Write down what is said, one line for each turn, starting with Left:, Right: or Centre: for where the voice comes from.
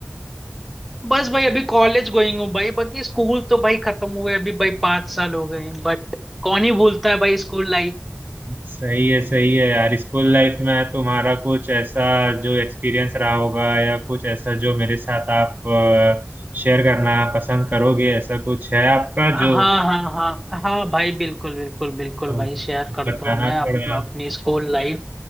Centre: बस भाई अभी कॉलेज गोइंग हूँ भाई बाकी स्कूल तो भाई खत्म हुए अभी भाई पांच साल हो गए बट कौन ही भूलता है भाई स्कूल लाइफ
Right: सही है सही है यार स्कूल लाइफ में तुम्हारा कुछ ऐसा जो एक्सपीरियंस रहा होगा या कुछ ऐसा जो मेरे साथ आप शेयर करना पसंद करोगे ऐसा कुछ है आपका
Centre: हाँ
Right: जो
Centre: हाँ हाँ हाँ भाई बिल्कुल बिल्कुल बिल्कुल
Right: अ,
Centre: भाई शेयर करता
Right: बताना
Centre: हूँ मैं अप,
Right: थोड़ा
Centre: अपनी स्कूल लाइफ